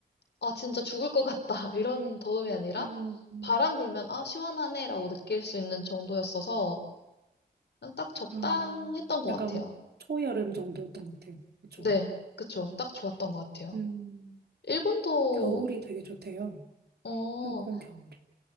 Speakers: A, on the left; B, on the right.
A: 아, 진짜 죽을 것 같다. <laughs> 이런 더움이 아니라,
B: 음.
A: 바람 불면, 아, 시원하네. 라고 느낄 수 있는 정도였어서, 그냥 딱 적당했던
B: 아,
A: 것
B: 약간
A: 같아요.
B: 초여름 정도였던 것 같아요. 그쵸?
A: 네, 그쵸. 딱 좋았던 것 같아요.
B: 음,
A: 일본도,
B: 겨울이 되게 좋대요.
A: 어,
B: 홍콩 겨울이.